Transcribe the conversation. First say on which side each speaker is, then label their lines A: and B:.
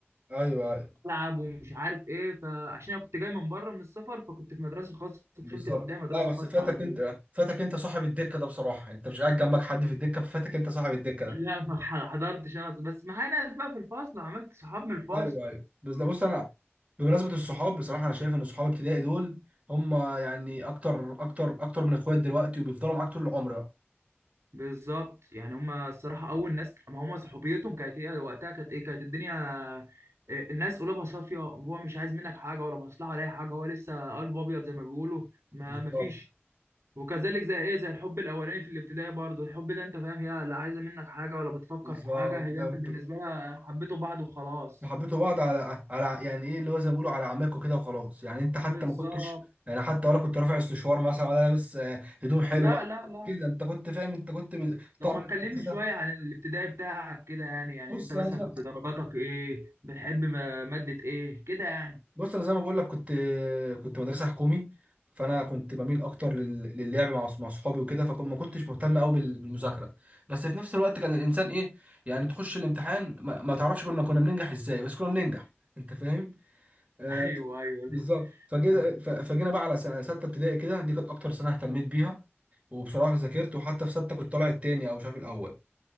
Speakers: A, on the right; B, on the right.
A: ايوه أيوة،
B: العب ومش عارف ايه فعشان انا كنت جاي من بره من السفر فكنت في مدرسه خاصه دخلت
A: بالظبط
B: الابتدائي مدرسه
A: لا بس
B: خاصه
A: فاتك
B: على طول
A: انت فاتك انت صاحب الدكه ده بصراحه انت مش قاعد جنبك حد في الدكه ففاتك انت صاحب الدكه
B: <laughs>
A: ده
B: لا ما حضرتش انا بس معايا ناس بقى في الفصل وعملت صحاب من الفصل
A: ايوه ايوه بس لا بص انا بمناسبه الصحاب بصراحه انا شايف ان صحاب ابتدائي دول هم يعني اكتر اكتر اكتر من اخوات دلوقتي وبيفضلوا معاك طول العمر بقى
B: بالظبط يعني هما الصراحة أول ناس ما هما صحوبيتهم كانت إيه وقتها كانت إيه كانت الدنيا إيه، الناس قلوبها صافية وهو مش عايز منك حاجة ولا مصلحة ولا أي حاجة هو لسه قلب أبيض زي ما بيقولوا ما
A: بالظبط
B: مفيش وكذلك زي إيه زي الحب الأولاني في الابتدائي برضه الحب ده أنت فاهم هي لا عايزة منك حاجة ولا بتفكر
A: بالظبط
B: في حاجة هي
A: لا،
B: أنت
A: انت
B: بالنسبة لها حبيتوا بعض وخلاص
A: حبيتوا بعض على على يعني ايه اللي هو زي ما بيقولوا على عماكوا كده وخلاص يعني انت حتى
B: بالظبط
A: ما كنتش يعني حتى ولا كنت رافع استشوار مثلا ولا لابس آه، هدوم حلوه
B: لا لا لا
A: كده انت كنت فاهم انت كنت بال-
B: طب
A: طعم
B: ما
A: المدرسه
B: تكلمني شوية عن الابتدائي بتاعك كده يعني يعني
A: بص
B: أنت مثلا
A: انا زي
B: كنت درجاتك إيه بتحب م- مادة إيه كده يعني
A: بص انا زي ما بقول لك كنت كنت مدرسه حكومي فانا كنت بميل اكتر لل- للعب مع أص- مع اصحابي وكده فكنت ما كنتش مهتم قوي بال- بالمذاكره بس في نفس الوقت كان الانسان ايه يعني تخش الامتحان ما, ما تعرفش كنا كنا بننجح ازاي بس كنا بننجح انت فاهم آه،
B: ايوه ايوه
A: بالظبط فجينا
B: لا،
A: ف- فجينا بقى على س- سته ابتدائي كده دي كانت اكتر سنه اهتميت بيها وبصراحه ذاكرت وحتى في سته كنت طالع التاني او مش عارف الاول